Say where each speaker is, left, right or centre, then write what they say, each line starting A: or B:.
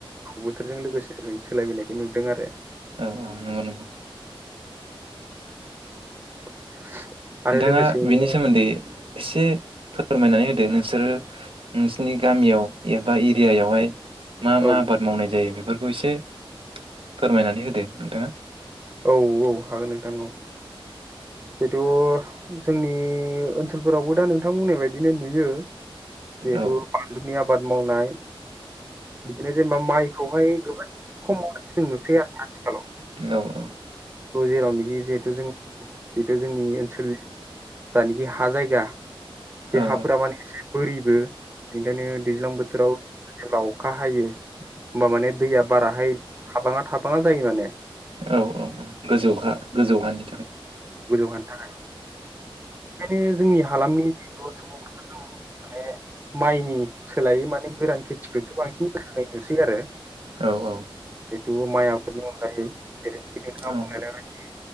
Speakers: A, on the right; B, on the right.
A: बोथोरजों लोगोसे जों सोलायबोनायखौ नुदों आरो ।
B: औ औ नंगौ नंगौ ।
A: <inaudible>
B: नोंथांङा
A: लोगोसेयैनो
B: बेनि सोमोन्दै एसे फोरमायनानै होदो, नोंसोरो नोंसोरनि गामियाव एबा एरियायावहाय मा
A: औ
B: मा आबाद मावनाय जायो बे बेफोरखौ एसे फोरमायनानै होदो नोंथांङा।
A: औ औ हागोन नोंथां औ जिथु जोंनि ओनसोलफोरावबो दा नोंथां बुंनाय बायदिनो नुयो। जिहेतु
B: औ
A: बानलुनि आबाद मावनाय। बिदिनो जेनेबा माइखौहाय गोबां खम मावनाय। सिन नुसै आ आथिखालाव।
B: औ औ।
A: जेरावनोखि जिहेतु जों जिहेतु जोंनि ओनसोलनि जानिखि हा जायगा। बे
B: औ
A: हाफोरा माने एसे बोरि बेबो ओंखायनो दैज्लां बोथोराव जेब्ला अखा हायो होमबा माने दैया बाराहाय थाबांङा थाबांङा जायो माने ।
B: औ औ। गोजौ हा गोजौ हानि थाखाय।
A: मानि थाखाय? ओंखायनो जोंनि हालामनि जिहेथु सुबुंफोरखौ जोंङो माने माइनि सोलायै माने गोरान खेथिखौसो बांसिन गोसोनाय नुसै आरो,
B: औ औ
A: जितु माइ आबादनि अनगायै जेरैनोखि नोंथाङा
B: औ
A: बुंलांनाय बायदि